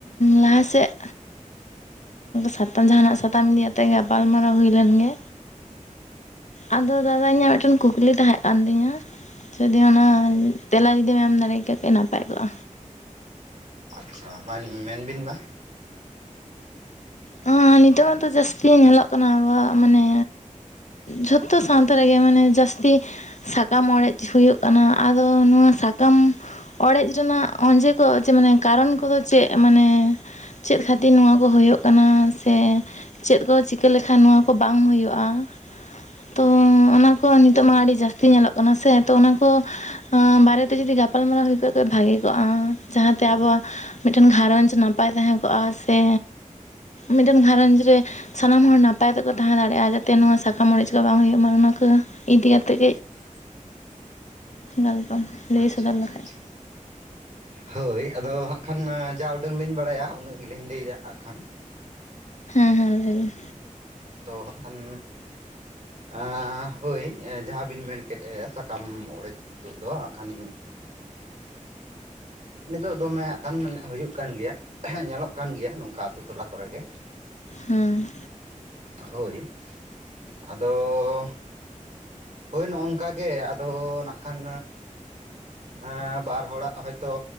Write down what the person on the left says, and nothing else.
ᱞᱟᱦᱟ ᱥᱮᱫ ᱥᱟᱛᱟᱢ ᱡᱟᱦᱟᱱᱟᱜ ᱥᱟᱛᱟᱢ ᱤᱫᱤᱭᱟᱛᱮᱜ ᱜᱟᱯᱟᱞ ᱢᱟᱨᱟᱣ ᱦᱩᱭ ᱞᱮᱱ ᱜᱮ᱾ ᱟᱫᱚ ᱫᱟᱫᱟ ᱤᱧᱟᱹᱜ ᱢᱤᱫᱴᱮᱱ ᱠᱩᱠᱞᱤ ᱛᱟᱦᱮᱸ ᱠᱟᱱ ᱛᱤᱧᱟ ᱡᱩᱫᱤ ᱚᱱᱟ ᱛᱮᱞᱟ ᱡᱩᱫᱤᱢ ᱮᱢ ᱫᱟᱲᱮ ᱠᱟᱜ ᱠᱮᱭᱟ ᱱᱟᱯᱟᱭ ᱠᱚᱜ-ᱟ᱾
ᱦᱮᱸ ᱱᱤᱛᱚᱜ ᱢᱟᱛᱚ ᱡᱟᱹᱥᱛᱤ ᱧᱮᱞᱚᱜ ᱠᱟᱱᱟ ᱟᱵᱚᱣᱟᱜ ᱢᱟᱱᱮ ᱡᱷᱚᱛᱚ ᱥᱟᱶᱛᱟ ᱨᱮᱜᱮ ᱢᱟᱱᱮ ᱡᱟᱹᱥᱛᱤ ᱥᱟᱠᱟᱢ ᱚᱲᱮᱡ ᱦᱩᱭᱩᱜ ᱠᱟᱱᱟ ᱟᱫᱚ ᱱᱚᱣᱟ ᱥᱟᱠᱟᱢ ᱚᱲᱮᱡ ᱨᱮᱱᱟᱜ ᱚᱸᱡᱮ ᱠᱚ ᱡᱮ ᱢᱟᱱᱮ ᱠᱟᱨᱚᱱ ᱠᱚᱫᱚ ᱪᱮᱫ? ᱢᱟᱱᱮ ᱪᱮᱫ ᱠᱷᱟᱹᱛᱤᱨ ᱱᱚᱶᱟ ᱠᱚ ᱦᱳᱭᱳᱜ ᱠᱟᱱᱟ ᱥᱮ ᱪᱮᱫ ᱠᱚ ᱪᱤᱠᱟᱹ ᱞᱮᱠᱷᱟᱱ ᱱᱚᱣᱟ ᱠᱚ ᱵᱟᱝ ᱦᱩᱭᱩᱜ-ᱟ᱾ ᱛᱚ ᱚᱱᱟ ᱠᱚ ᱱᱤᱛᱚᱜ ᱢᱟ ᱟᱹᱰᱤ ᱡᱟᱹᱥᱛᱤ ᱧᱮᱞᱚᱜ ᱠᱟᱱᱟ ᱥᱮ ᱛᱚ ᱚᱱᱟ ᱠᱚ ᱵᱟᱨᱮᱛᱮ ᱡᱩᱫᱤ ᱜᱟᱯᱟᱞ ᱢᱟᱨᱟᱣ ᱦᱩᱭ ᱠᱚᱜ-ᱟ ᱵᱷᱟᱜᱤ ᱠᱚᱜ-ᱟ ᱡᱟᱦᱟᱸᱛᱮ ᱟᱵᱚᱣᱟᱜ ᱢᱤᱫᱴᱮᱱ ᱜᱷᱟᱨᱚᱸᱡᱽ ᱱᱟᱯᱟᱭ ᱛᱟᱦᱮᱸ ᱠᱚᱜ-ᱟ ᱥᱮ ᱢᱤᱫᱴᱮᱱ ᱜᱷᱟᱨᱚᱸᱡ ᱨᱮ ᱥᱟᱱᱟᱢ ᱦᱚᱲ ᱱᱟᱯᱟᱭ ᱛᱮᱠᱚ ᱛᱟᱦᱮᱸ ᱫᱟᱲᱮᱭᱟᱜ-ᱟ ᱡᱟᱛᱮ ᱱᱚᱣᱟ ᱥᱟᱠᱟᱢ ᱚᱲᱮᱡ ᱠᱚ ᱵᱟᱝ ᱦᱩᱭᱩᱜ ᱢᱟ ᱚᱱᱟ ᱠᱚ ᱤᱫᱤ ᱠᱟᱛᱮᱫ
ᱜᱚᱞᱯᱚ ᱞᱟᱹᱭ
ᱥᱚᱫᱚᱨ
ᱞᱮᱠᱷᱟᱡ,
ᱦᱮᱸ ᱦᱮᱸ ᱞᱟᱹᱭ ᱵᱤᱱ᱾
ᱦᱮᱸ,